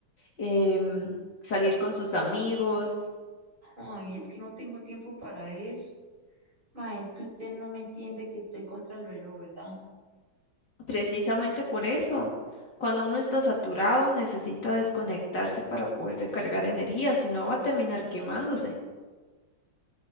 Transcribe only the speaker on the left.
em, salir con sus amigos,
precisamente por eso. Cuando uno está saturado, necesita desconectarse para poder recargar energía, si no va a terminar quemándose.